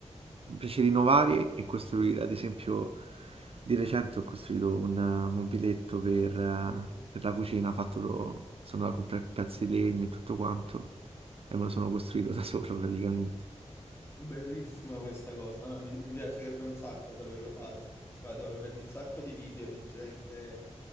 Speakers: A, on the right (about 50°); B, on the left (about 20°).
A: mi piace rinnovare e costruire. Ad esempio, di recente ho costruito un eh, mobiletto per, eh, per la cucina, fatto, sono andato a comprare pezzi di legno e tutto quanto, e me lo sono costruito <laughs> da solo praticamente.
B: Bellissima questa cosa, ma mi, mi piacerebbe un sacco saperlo fare. Vado, vedo un sacco di video di gente